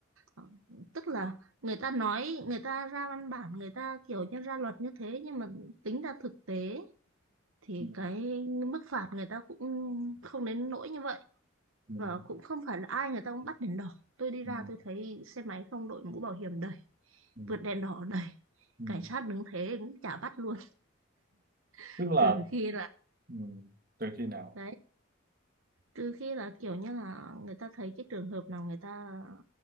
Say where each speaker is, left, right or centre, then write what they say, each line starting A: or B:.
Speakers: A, on the right (about 75°); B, on the right (about 45°).
A: Ờ, tức là người ta nói người ta ra văn bản người ta kiểu như ra luật như thế nhưng mà tính ra thực tế thì
B: Ừ,
A: cái mức phạt người ta cũng không đến nỗi như vậy
B: ừ,
A: và cũng không phải là ai người ta cũng bắt đèn đỏ tôi đi
B: ừ,
A: ra tôi thấy xe máy không đội mũ bảo hiểm đầy
B: ừ,
A: vượt đèn đỏ đầy
B: ừ.
A: cảnh sát đứng thế cũng chả bắt luôn <laughs>
B: tức là
A: trừ khi là
B: ừ, từ khi nào
A: đấy trừ khi là kiểu như là người ta thấy cái trường hợp nào người ta